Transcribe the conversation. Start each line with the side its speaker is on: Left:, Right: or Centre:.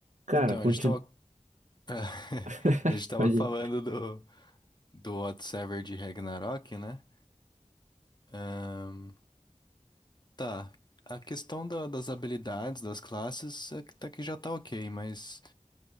Right: Cara,
Left: Então,
Right: continua.
Left: a gente tava, <laughs>
Right: <laughs>
Left: a gente tava
Right: Pode
Left: falando
Right: ir.
Left: do, do Whatsever de Ragnarok, né? Ahn, tá, a questão da- das habilidades, das classes, é que tá que já tá ok, mas